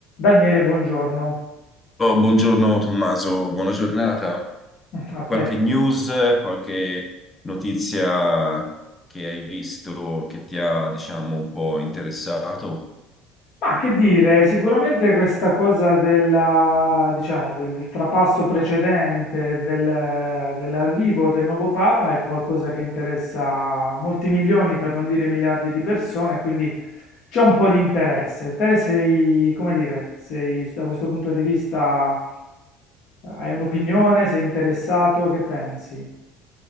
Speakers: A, on the left; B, on the left.
A: Daniele, buongiorno
B: Oh, buongiorno Tommaso, buona giornata.
A: a
B: Qualche
A: te.
B: news, qualche notizia che hai visto che ti ha, diciamo, un po' interessato?
A: Ma che dire, sicuramente questa cosa della, diciamo, del, del trapasso precedente, del- dell'arrivo del nuovo Papa è qualcosa che interessa molti milioni, per non dire miliardi di persone, quindi c'è un po' di interesse. Te sei, come dire, sei da questo punto di vista, hai un'opinione, sei interessato, che pensi?